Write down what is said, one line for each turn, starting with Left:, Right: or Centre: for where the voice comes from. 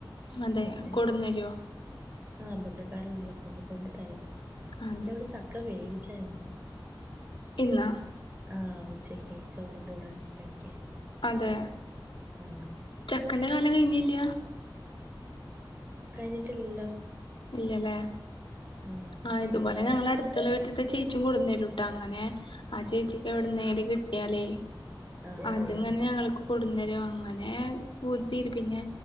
Left: അതെ
Right: പിന്നെ
Left: കൊടുന്നരുവോ
Right: ആഹ് അമ്പന്തക്കാർ വീട്ടിലൊക്കെ ഉണ്ട് കൊണ്ട് തരും
Left: അതെ
Right: ഇന്ന് ഇവിടെ ചക്ക വേവിച്ചായിരുന്നു
Left: ഇന്നാ
Right: ആഹ് ഉച്ചക്ക് ചോറിന്റെ കൂടെ കഴിക്കാൻ
Left: അതെ
Right: ആ
Left: ചക്കന്റെ കാലം കഴിഞ്ഞില്ല
Right: കഴിഞ്ഞിട്ടില്ലല്ലോ
Left: ഇല്ലല്ലേ
Right: ആ
Left: ആഹ്
Right: അൽഹംദുലില്ല
Left: ഇതുപോലെ ഞങ്ങള അടു അടുത്തുളള വീട്ടിലത്തെ ചേച്ചും കൊടു തരുംട്ടാ അങ്ങനെ ആ ചേച്ചിക്ക് എവിടുന്നേലും കിട്ടിയാലേ
Right: ആ
Left: അത്ങ്ങനെ
Right: ആ
Left: ഞൾങ്ങക്ക് കൊടുന്നരും അങ്ങനെ പൂ തീരി പിന്നെ